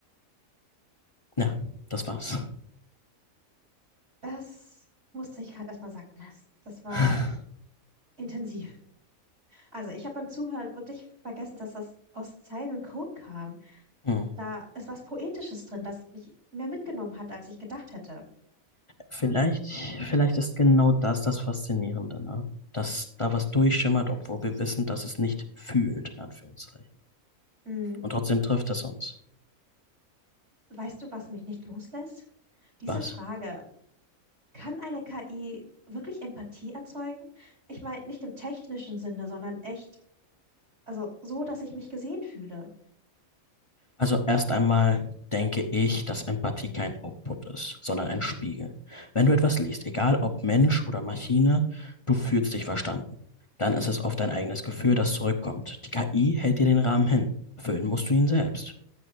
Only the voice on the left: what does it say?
Ja, das war's.
<laughs>
Hm.
Vielleicht, vielleicht ist genau das das Faszinierende, ne? Dass da was durchschimmert, obwohl wir wissen, dass es nicht fühlt, in Anführungszeichen.
Und trotzdem trifft es uns.
Was?
Also erst einmal denke ich, dass Empathie kein Output ist, sondern ein Spiegel. Wenn du etwas liest, egal ob Mensch oder Maschine, du fühlst dich verstanden. Dann ist es oft dein eigenes Gefühl, das zurückkommt. Die KI hält dir den Rahmen hin. Füllen musst du ihn selbst.